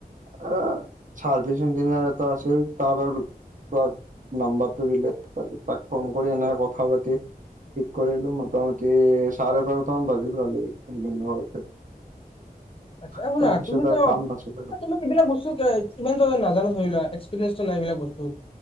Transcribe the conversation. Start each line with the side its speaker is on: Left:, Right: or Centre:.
Right: এ চাৰ্ভিচ ইঞ্জিনিয়াৰ এটা আছিল তাৰ আৰু, তাৰ নাম্বাৰটো দিলে, তাক ফোন কৰি এনে কথা পাতি- ঠিক কৰিলো। মোটামুটি চাৰে বাৰটামান বাজিব কালি ঘৰতে।
Left: আচ্ছা
Right: তাৰপিছত
Left: শুনা, তুমি ত
Right: আৰু কাম নাছিল আৰু
Left: ত, এইবিলাক বস্তুত কিমানো নাজানো ধৰি লোৱা, এক্সপিৰিয়েঞ্চ নাই এইবিলাক বস্তুত।